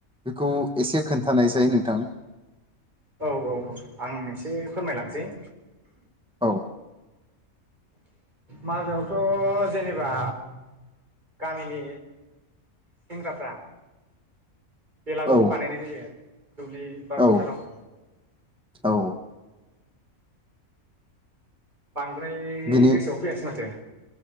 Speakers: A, in the centre; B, on the right.
A: बेखौ एसे खोन्थानायसाय नोंथां ।
B: औ औ औ आं एसे फोरमायलांसै <inaudible>
A: औ
B: मागोआवथ' जेनेबा गामिनि सेंग्राफ्रा बेलागुर
A: औ
B: बानायनाय जायो। दुब्लि बा
A: औ
B: फोथाराव
A: औ
B: बांद्राय
A: बिनि
B: गोसोआव फैयासै माथो